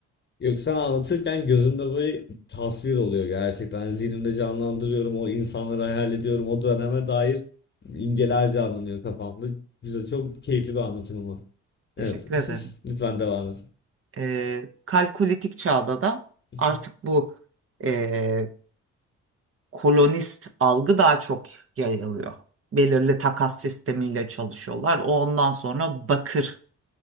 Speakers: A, on the left; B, on the right.
A: Yok sen anlatırken gözümde böyle tasvir oluyor gerçekten. Hani Zihnimde canlandırıyorum o insanları hayal ediyorum. O döneme dair imgeler canlanıyor kafamda. Güzel, çok keyifli bir anlatım ama.
B: Teşekkür
A: Evet.
B: ederim.
A: <laughs> Lütfen devam et.
B: E, kalkolitik çağda da
A: <laughs>
B: artık bu e, kolonist algı daha çok yayılıyor. Belirli takas sistemiyle çalışıyorlar. O ondan sonra bakır,